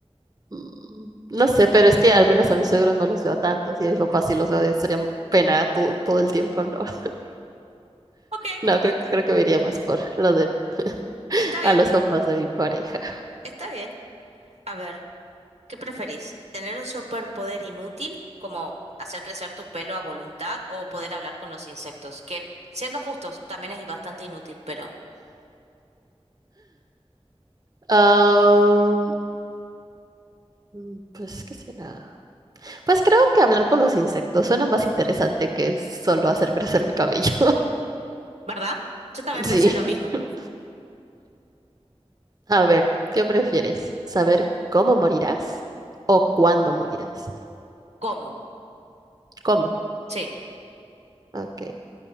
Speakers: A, on the right; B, on the right.
A: Mm, No sé, pero es que al menos a mis suegros no los veo tanto, y a mis papás sí los veo, sería pena to- todo el tiempo, no. <laughs>
B: Ok,
A: No, creo,
B: está
A: que- creo
B: bien.
A: que me iría más por lo de
B: Está
A: a
B: bien,
A: los papás de mi pareja.
B: está bien. A ver. ¿Qué preferís? ¿Tener un superpoder inútil, como hacer crecer tu pelo a voluntad o poder hablar con los insectos? Que, siendo justos, también es bastante inútil, pero,
A: Ah, mm, pues, ¿qué será? Pues creo que hablar con los insectos suena más interesante que solo hacer crecer mi cabello.
B: ¿verdad? Yo también
A: <laughs>
B: pensé lo mismo.
A: Sí. A ver, ¿qué prefieres? ¿Saber cómo morirás o cuándo morirás?
B: ¿Cómo?
A: ¿Cómo?
B: Sí,
A: Ok.